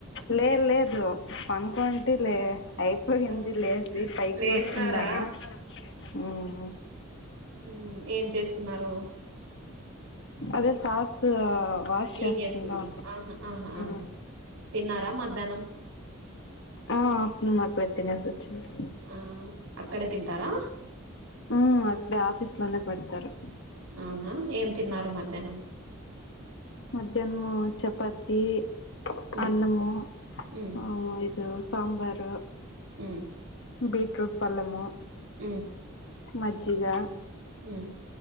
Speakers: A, on the left; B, on the right.
A: లే లేదు పనుకుంటే లే అయిపోయింది
B: ఆ
A: లేదు పైకి
B: లేసినారా
A: వచ్చింది. ధన్నమా మ్మ్
B: ఉ ఏం చేస్తున్నారు?
A: అదే సాక్స్ వాష్
B: క్లీన్
A: చేసుకుందాం
B: చేసుకుంట
A: అన్న
B: ఆహా ఆహా ఆహ
A: మ్మ్.
B: తిన్నారా మధ్యాహ్నం?
A: ఆ అను మకుళ తినేసి వచ్చినాడు
B: ఆ అక్కడే తింటారా?
A: ఉ అక్కడే ఆఫీస్ లోనే పెడతారు.
B: అవునా ఏం తిన్నారు మధ్యాహ్నం?
A: మధ్యాహ్నం చపాతి
B: మ్మ్
A: అన్నము
B: మ్మ్
A: ఆ ఇదో సాంబారు
B: అ
A: బీట్రూట్ పల్లము
B: అ
A: మజ్జిగా
B: అ